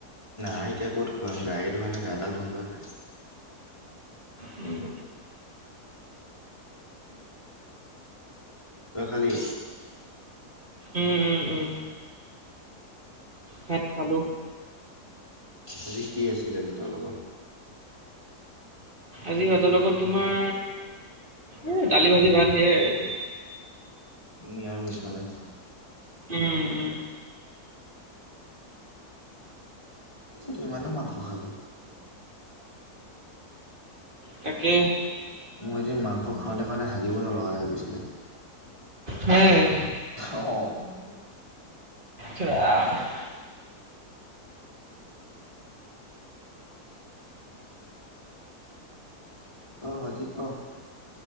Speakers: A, on the left (about 20°); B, on the right (about 30°).
A: নাই এতিয়া ক'ত খোৱা হয়, সেইটো কাৰণে গাডাল ধুওঁ গৈ।
B: উম।
A: তই খালি।
B: উম উম উম। ভাত খালো।
A: আজি কি আছিলে ভাতৰ লগত।
B: আজি ভাতৰ লগত তোমাৰ, এ দালি ভাজি ভাত। স। <unintelligible>
A: নিৰামিষ মানে।
B: উম উম।
A: কিমান নো মাংস খাবি। <unintelligible>
B: তাকে।
A: মোৰ যে মাংস খাওঁতে খাওঁতে হাগিবই নলগা হৈ গৈছিলে।
B: সেইয়াই।
A: অ'।
B: কৰা। <unintelligible>
A: ক বাকী ক।